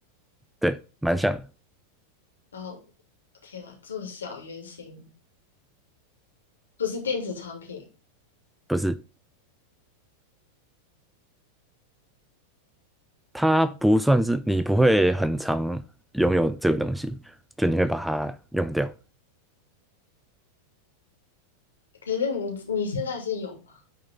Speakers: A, in the centre; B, on the left.
A: 对，蛮像的
B: 然后天呐，这么小圆形，不是电子产品。
A: 不是，它不算是你不会很常拥有这个东西，就你会把它用掉，
B: 可是你你现在是有吗？